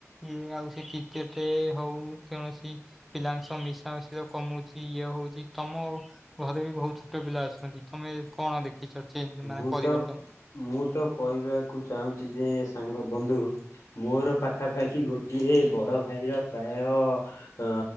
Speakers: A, in the centre; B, on the left.
A: ଇଏ ଆଉ ସେ କ୍ରିକେଟ ରେ ହଉ କୌଣସି ପିଲାଙ୍କ ସହ ମିଶାମିଶି କମୁଛି ଇଏ ହଉଛି ତମ ଘରେ ବି ବହୁତ ଛୋଟ ପିଲା ଅଛନ୍ତି ତମେ କଣ ଦେଖିଛ? ଚେଞ୍ଜ ମାନେ
B: ମୁଁ
A: ପରିବର୍ତ୍ତନ?
B: ତ ମୁଁ ତ କହିବାକୁ ଚାହୁଁଛି ଯେ ସାଙ୍ଗ ବନ୍ଧୁ ମୋର ପାଖାପାଖି ଗୋଟିଏ ବଡ ଭାଇର ପ୍ରାୟ ଅ